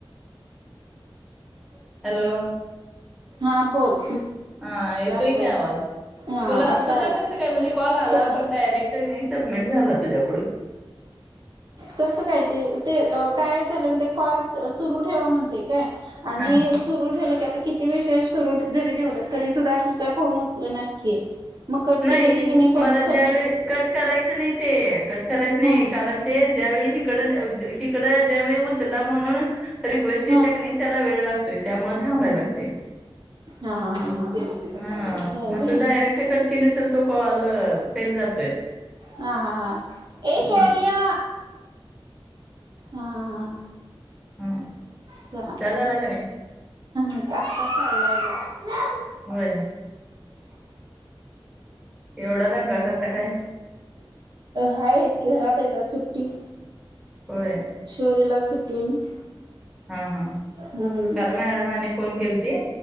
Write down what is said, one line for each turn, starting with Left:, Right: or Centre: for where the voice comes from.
Centre: hello.
Right: हां बोल
Centre: हा येतोय
Right: ऐका
Centre: की आवाज.
Right: हा
Centre: तुला
Right: आता
Centre: तुझा
Right: आला
Centre: कस काय म्हणजे कॉल आला
Right: कट
Centre: पण डायरेक्ट नाही सबमिट झाला तुझ्याकडून? <inaudible>
Right: कसं काय ते काय झालं म ते कॉलस सुरू ठेवा म्हणते काय आणि
Centre: हा
Right: सुरू ठेवलं की आता किती वेष सुरू जरी ठेवलं तरी सुद्धा काय फोन उचलेनास की मग कट
Centre: नाही
Right: केलं की परत
Centre: मला ज्यावेळी
Right: सबमिट
Centre: कट करायचं नाही ते. कट करायच नाही
Right: हा
Centre: कारण ते ज्यावेळी हिकड हिकडं ज्यावेळी उचला म्हणून रिक्वेस्ट
Right: हा
Centre: येतेया नाही त्याला वेळ लागतोय त्यामुळे थांबाय लागते.
Right: हा हा हा हा
Centre: हा
Right: असं आहे
Centre: मग
Right: व्हय
Centre: तू डायरेक्ट कट केल असेल तो कॉल फेल जातोय.
Right: हा हा हा
Centre: हम्म
Right: ए शौर्य हा हा हा ह
Centre: हा
Right: चलाह
Centre: चहा झाला का नाही
Right: आता चाललाय ब
Centre: होय एवढा दंगा कसा काय?
Right: हाय घरात येत आज सुट्टी.
Centre: होय.
Right: शौर्य ला आज सुट्टी आहे ना.
Centre: हा हा
Right: हम्म
Centre: काल मॅडमने फोन केली ती